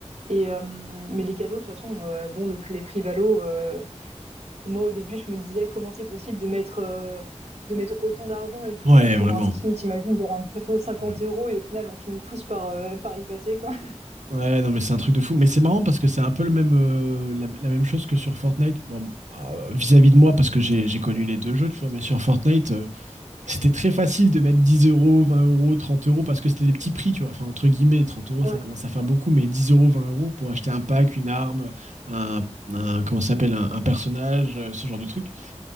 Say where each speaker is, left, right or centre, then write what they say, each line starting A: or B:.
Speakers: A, on the right (about 70°); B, on the right (about 85°).
A: Et euh, mais les cadeaux, de toute façon, euh, bon, le, prix- les prix Valo. euh, moi, au début, je me disais comment c'est possible de mettre, euh, de mettre autant d'argent et tout
B: Ouais,
A: pour
B: vraiment.
A: un skin. T'imagines, genre un couteau 50
B: Ouais.
A: euros et au final, on finit tous par, euh, par y passer, quoi.
B: Ouais, non, mais c'est un truc de fou. Mais c'est marrant parce que c'est un peu le même, euh, la, la même chose que sur Fortnite. Bon, euh, vis-à-vis de moi, parce que j'ai j'ai connu les deux jeux, tu vois, mais sur Fortnite, euh, c'était très facile de mettre 10 euros, 20 euros, 30 euros, parce que c'était des petits prix, tu vois. Enfin, entre guillemets, 30 euros,
A: Ouais.
B: ça commence à faire beaucoup, mais 10 euros, 20 euros pour acheter un pack, une arme, un, un- comment ça s'appelle, un, un personnage, euh, ce genre de truc